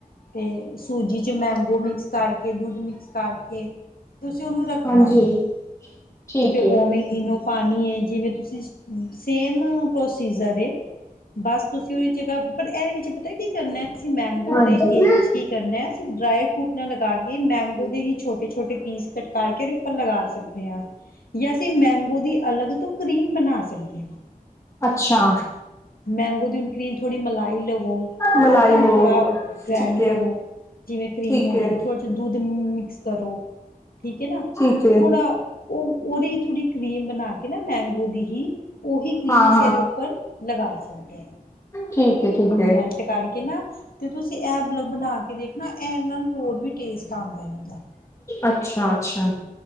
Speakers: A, on the left; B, on the left.
A: ਤੇ ਸੂਜੀ ਚ, ਮੈਂਗੋ ਮਿਕਸ ਕਰਕੇ ਦੁੱਧ ਮਿਕਸ ਕਰਕੇ ਤੁਸੀ ਉਹਨੂੰ ਰੱਖਣਾ
B: ਹਾਂਜੀ
A: ਹੈ ਅਤੇ
B: ਠੀਕ
A: ਫਿਰ
B: ਹੈ
A: ਉਵੇਂ ਈਨੋ ਪਾਣੀ ਏ ਜਿਵੇਂ ਤੁਸੀਂ ਸੇਮ ਪ੍ਰੋਸੀਜਰ ਏ। ਬਸ ਤੁਸੀਂ ਉਹਦੀ ਜਗ੍ਹਾ ਪਰ ਇਹਦੇ ਵਿੱਚ ਪਤਾ ਕੀ ਕਰਨਾ ਹੈ। ਐਸੀ ਮੈਂਗੋ
B: ਹਾਂਜੀ
A: ਦੇ ਕੇਕ ਵਿੱਚ ਕੀ ਕਰਨਾ ਹੈ! ਅਸੀਂ ਡਰਾਈ ਫਰੂਟ ਨਾਲ ਲਗਾ ਕੇ ਮੈਂਗੋ ਦੇ ਹੀ ਛੋਟੇ-ਛੋਟੇ ਪੀਸ ਕਟ ਕਰਕੇ ਤੇ ਉਪਰ ਲਗਾ ਸਕਦੇ ਹਾਂ। ਜਾਂ ਅਸੀਂ ਮੈਂਗੋ ਦੀ ਅਲੱਗ ਤੋਂ ਕਰੀਮ ਬਣਾ ਸਕਦੇ ਹਾਂ
B: ਅੱਛਾ
A: ਮੈਂਗੋ ਦੀ ਹੁਣ ਕ੍ਰੀਮ ਥੋੜ੍ਹੀ ਮਲਾਈ ਲਵੋ।
B: ਮਲਾਈ
A: ਠੀਕ ਹੈ ਹੁਣ
B: ਲੋ
A: ਥੋੜ੍ਹਾ ਉਹ ਗ੍ਰੈਂਡ
B: ਠੀਕ ਹੈ
A: ਕਰੋ। ਜਿਵੇਂ ਕਰੀਮ
B: ਠੀਕ
A: ਹੋ
B: ਹੈ
A: ਜਾਵੇਗੀ। ਥੋੜ੍ਹਾ ਜਿਹਾ ਦੁੱਧ ਮਿਕਸ ਕਰੋ। ਠੀਕ ਹੈ ਨਾ
B: ਠੀਕ ਹੈ
A: ਥੋੜਾ ਉਹ ਉਹ ਦੀ ਥੋੜ੍ਹੀ ਕਰੀਮ ਬਣਾ ਕੇ ਨਾ ਮੈਂਗੋ ਦੀ ਹੀ ਉਹੀ ਕਰੀਮ
B: ਹਾਂ
A: ਅਸੀਂ
B: ਹਾਂ
A: ਇਹਦੇ ਉੱਪਰ ਲਗਾ ਸਕਦੇ ਹਾਂ
B: ਠੀਕ ਹੈ ਠੀਕ
A: ਥੋਣੀ
B: ਹੈ
A: ਮੈਲਟ ਤੇ ਕਰਕੇ ਨਾ, ਤੇ ਤੁਸੀਂ ਇਹ ਮਤਲਬ ਬਣਾ ਕੇ ਦੇਖਨਾ, ਇਹਨਾਂ ਨੂੰ ਹੋਰ ਵੀ ਟੇਸਟ ਆਉਂਦਾ ਹੈ ਉਦਾਂ।
B: ਅੱਛਾ। ਅੱਛਾ